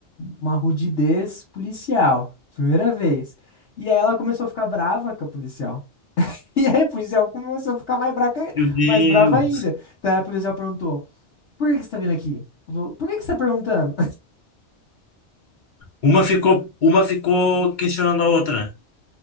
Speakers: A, on the left; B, on the left.
A: uma rudidez policial. Primeira vez. E aí ela começou a ficar brava com a policial. <laughs> E aí a policial começou a ficar mais, braca,
B: Meu Deus.
A: mais brava ainda. Daí a policial perguntou: Por que que você tá vindo aqui? Ela falou, Por que que você tá perguntando?
B: Uma ficou, uma ficou questionando a outra.